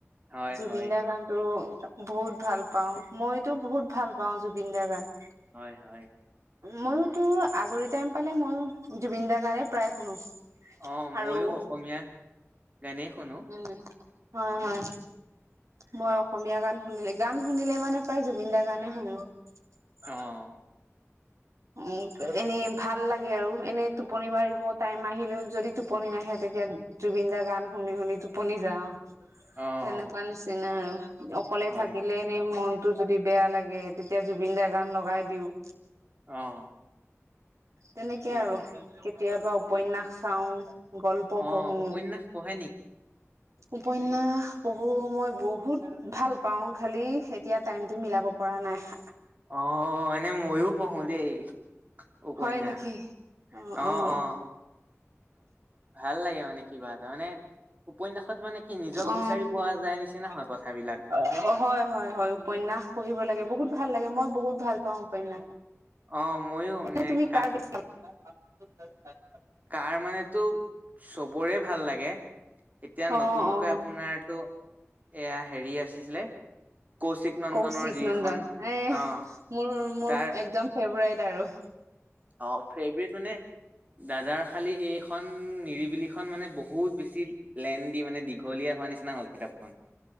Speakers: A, on the right; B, on the right.
A: হয়
B: জুবিন
A: হয়
B: দাৰ গানটোৰ বহুত ভাল পাওঁ। মইতো বহুত ভাল পাওঁ জুবিনদাৰ গান।
A: হয়, হয়।
B: মইতো আজৰি টাইম পালে মইয়ো জুবিন দাৰ গাণে প্ৰায় শুনো।
A: অহ' মইয়ো
B: আৰু
A: অসমীয়া গানেই শুনো।
B: উম হয়, হয়। মই অসমীয়া গান শুনিলে, গান শুনিলে মানে প্ৰায় জুবিন দাৰ গানে শুনো। তাৰ
A: অ',
B: উম, এনেই ভাল লাগে আৰু এনেই টোপনি মাৰিব টাইম আহিলেও যদি টোপনি নাহে তে তিয়া জুবিন দা গান শুনি শুনি টোপনি যাওঁ।
A: অ',
B: তেনেকুৱা নিচিনা আৰু অকলে
A: হয়।
B: থাকিলে এনে মন টো যদি বেয়া লাগে তেতিয়া জুবিন দাৰ গান লগাই দিওঁ।
A: অ'।
B: তেনেকে
A: সেইটোৱে।
B: আৰু কেতিয়াবা উপন্যাস চাও। গল্প
A: অ',
B: পঢ়ো।
A: উপন্যাস পঢ়ে নেকি?
B: উপন্যাস পঢ়ো মই বহুত ভাল পাওঁ, খালি এতিয়া টাইমতটো মিলাব পৰা নাই।
A: অ' এনে ময়ো পঢ়ো দেই। উপন্যাস
B: হয় নেকি অ
A: অহ-অহ।
B: অ
A: ভাল লাগে মানে কিবা এটা মানে উপন্যয়াসত মানে কি নিজক
B: অ
A: বিচাৰি পোৱা যায় নিচিনা হয়
B: অ',
A: কথাবিলাক।
B: -অ', হয়-হয়-হয় উপন্যাস পঢ়িব লাগে, বহুত ভাল লাগে মই বহুত ভাল পাওঁ উপন্যাস।
A: অ' ময়ো
B: এনে
A: নে
B: তুমি
A: কাহ
B: কাৰ <inaudible>
A: কাৰ মানেটো চবৰে ভাল লাগে এতিয়া নতুনকৈ
B: অ অ
A: আপোনাৰটো এয়া হেৰি আছিলে। কৌশিক নন্দনৰ
B: কৌশিক
A: যিখন
B: নন্দন এ
A: অ',
B: মোৰ, মোৰ
A: তাৰ
B: একদম ফেভৰেট আৰু
A: অ' ফেভৰেট মানে দাদাৰ খালি এইখন নিৰিবিলিখন মানে বহুত বেছি লেণ্ডী মানে দীঘলীয়া। হোৱা নিচিনা হ'ল কিতাপখন।